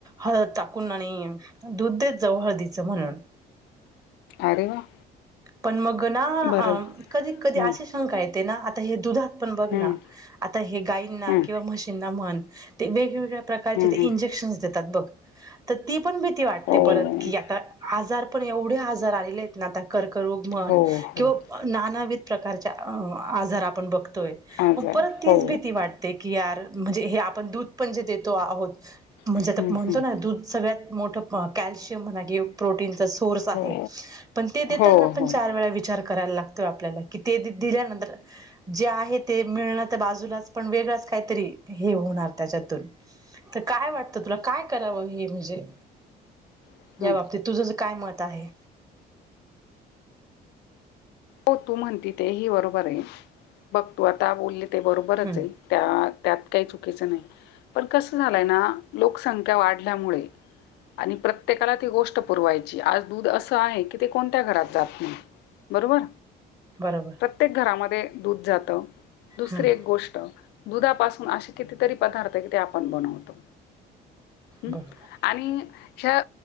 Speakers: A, on the right (about 20°); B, on the left (about 80°).
A: हळद टाकून आणि दूध देत जाऊ हळदीचं म्हणून
B: अरे वा,
A: पण मग ना,
B: बरं
A: कधी कधी
B: हम्म
A: अशी शंका येते ना, आता हे दुधात पण बघ
B: हम्म
A: ना, आता हे गाईना
B: हम्म
A: किंवा म्हशींना म्हण, ते वेगवेगळ्या प्रकारचे
B: हम्म
A: ते
B: हम्म
A: इंजेक्शन्स देतात. बघ आता ती पण भीती वाटते.
B: हो
A: परत की आता आजार पण एवढे हजार आलेले आहेत ना, आता कर्करोग म्हण
B: हो हो
A: किंवा नानाविथ प्रकारच्या आजार आपण बघतोय.
B: आजार
A: परत तिच
B: हो
A: भीती वाटते की, यार म्हणजे हे आपण दूध पण जे देतो आहोत. म्हणजे
B: हम्म
A: आता म्हणतो
B: हम्म
A: ना दूध सगळ्यात मोठ कॅल्शियम म्हणा की प्रोटीनचा सोर्स आहे
B: हो
A: पण ते देताना
B: हो
A: आपण
B: हो
A: चार वेळा विचार करायला लागतोय आपल्याला कि ते दिल्यानंतर जे आहे ते मिळणार तर बाजूलाच पण वेगळंच काहीतरी हे होणार त्याच्यातून तर काय वाटतं तुला काय करावं हे म्हणजे?
B: हम्म
A: या बाबतीत तुझ काय मत आहे?
B: हो तू म्हणती ते हि बरोबर आहे बघ तू आता बोलले ते बरोबरच
A: हम्म
B: हे. त्या त्यात काही चुकीच नाही. पण कस झालंय ना लोकसंख्या वाढल्यामुळे आणि प्रत्येकाला ती गोष्ट पुरवायची आज दूध असं आहे की ते कोणत्या घरात जात नाही बरोबर.
A: बरोबर.
B: प्रत्येक घरामध्ये दूध जात दुसरी
A: हम्म
B: एक गोष्ट दुधापासून असे कितीतरी पदार्थ कि ते आपण बनवतो. हम्म
A: बरोबर
B: आणि ह